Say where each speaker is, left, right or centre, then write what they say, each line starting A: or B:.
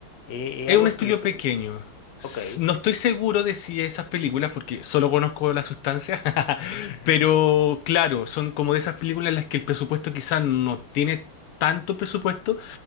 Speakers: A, on the left; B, on the left.
A: Eh, eh,
B: Es
A: algo
B: un
A: así
B: estudio
A: el estudio.
B: pequeño. S-
A: Ok.
B: No estoy seguro de si esas películas, porque solo conozco la sustancia, <laughs>
A: ujú, ujú,
B: pero
A: ujú,
B: claro, son como de esas películas en las que el presupuesto quizás no tiene tanto presupuesto,